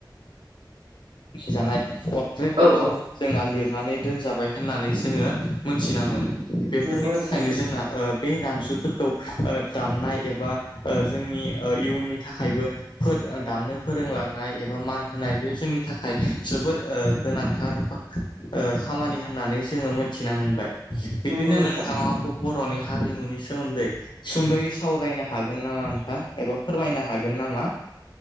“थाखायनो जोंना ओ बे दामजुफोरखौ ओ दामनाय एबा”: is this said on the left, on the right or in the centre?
Left